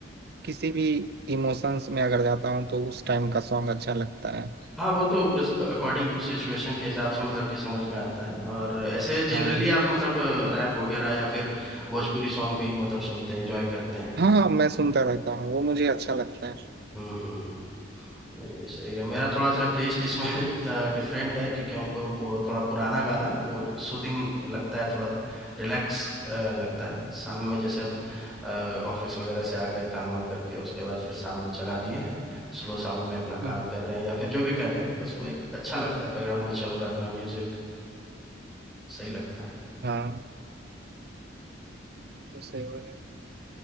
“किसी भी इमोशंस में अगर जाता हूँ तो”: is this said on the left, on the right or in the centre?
Right